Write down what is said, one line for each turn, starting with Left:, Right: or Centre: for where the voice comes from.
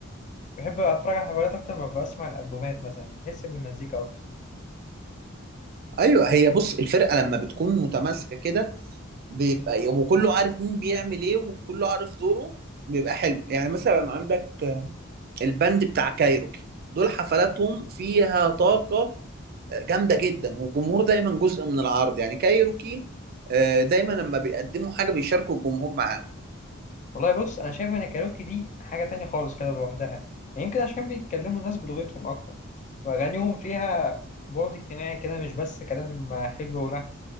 Left: بحب اتفرج على حفلات اكتر ما بسمع الالبومات مثلا بحس بالمزيكا اكتر
Right: ايوه هي بص الفرقه لما بتكون متماسكه كده بيبقى وكله عارف مين بيعمل ايه وكله عارف دوره بيبقى حلو يعني مثلا عندك البند بتاع كايروكي دول حفلاتهم فيها طاقه جامده جدا والجمهور دايما جزء من العرض يعني كايروكي آه، دايما لما بيقدموا حاجه بيشاركوا الجمهور معاهم
Left: والله بص انا شايف ان الكاريوكي دي حاجه تانية خالص كده لوحدها يعني يمكن عشان بيتكلموا الناس بلغتهم اكتر واغانيهم فيها بعد اجتماعي كده مش بس كلام حلو ولحن